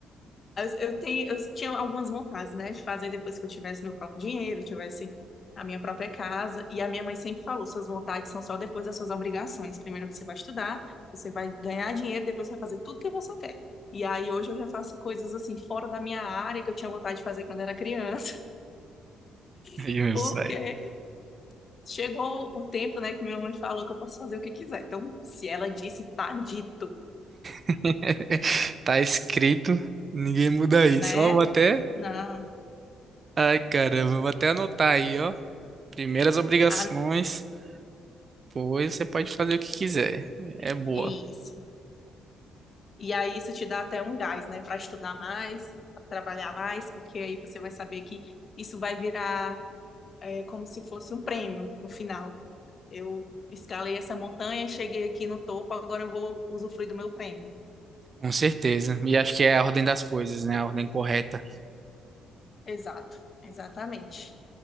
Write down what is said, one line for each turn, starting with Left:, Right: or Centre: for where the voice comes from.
Left: Eu, eu tenho, eu tinha algumas vontades, né, de fazer depois que eu tivesse meu próprio dinheiro, tivesse a minha própria casa. E a minha mãe sempre falou: suas vontades são só depois das suas obrigações. Primeiro você vai estudar, você vai ganhar dinheiro, depois você vai fazer tudo que você quer. E aí hoje eu já faço coisas assim fora da minha área que eu tinha vontade de fazer quando era criança,
Right: Aí,
Left: <laughs>
Right: meu
Left: porque
Right: pai.
Left: chegou o tempo, né, que minha mãe falou que eu posso fazer o que quiser. Então, se ela disse, tá dito,
Right: <laughs> Tá escrito, ninguém muda isso.
Left: né?
Right: Ó, vou até.
Left: Não.
Right: Ai, caramba, vou até anotar aí, ó. Primeiras obrigações,
Left: Ah,
Right: depois você pode fazer o que quiser. É boa,
Left: isso. E aí isso te dá até um gás, né, para estudar mais, pra trabalhar mais, porque aí você vai saber que isso vai virar é, como se fosse um prêmio no final. Eu escalei essa montanha, cheguei aqui no topo, agora eu vou usufruir do meu prêmio.
Right: com certeza. E acho que é a ordem das coisas, né? A ordem correta.
Left: Exato, exatamente.